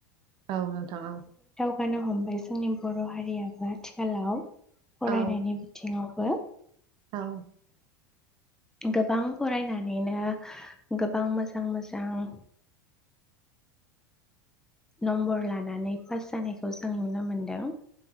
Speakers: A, on the right; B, in the centre.
A: औ नोंथां औ
B: नो हमबाय जोंनि बर' हारियाबो आथिखालाव फरायनायनि
A: औ
B: बिथिङाव बो
A: औ
B: गोबां फरायनानैनो गोबां मोजां मोजां नम्बर लानानै पास जानायखौ जों नुनो मोनदों